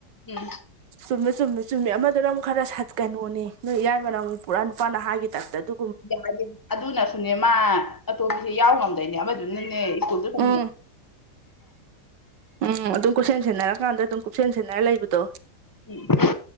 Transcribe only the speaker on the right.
ꯆꯨꯝꯃꯦ ꯆꯨꯝꯃꯦ ꯆꯨꯝꯃꯦ ꯑꯃꯗꯨꯅ ꯑꯃꯨꯛ ꯈꯔ ꯁꯠꯀꯅꯣꯅꯦ ꯅꯣꯏ ꯏꯏꯕꯅ ꯑꯃꯨꯛ ꯄꯨꯔꯥ ꯅꯨꯄꯥ ꯅꯍ ꯍꯥꯏꯒꯤ ꯇꯥꯏꯞꯇ ꯑꯗꯨ
ꯎꯝ ꯎꯝ ꯑꯗꯨꯝ ꯀꯨꯞꯁꯦꯟ ꯁꯦꯟꯅꯔꯀꯥꯟꯗ ꯑꯗꯨꯝ ꯀꯨꯞꯁꯦꯟ ꯁꯦꯟꯅꯔ ꯂꯩꯕꯗꯣ